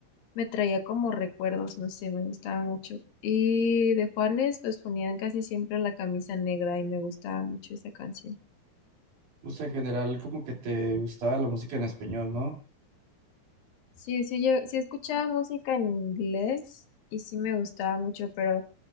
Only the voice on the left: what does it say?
me traía como recuerdos, no sé, me gustaba mucho. Y de Juanes, pues ponían casi siempre la camisa negra y me gustaba mucho esa canción.
Sí, sí, yo sí escuchaba música en inglés y sí me gustaba mucho, pero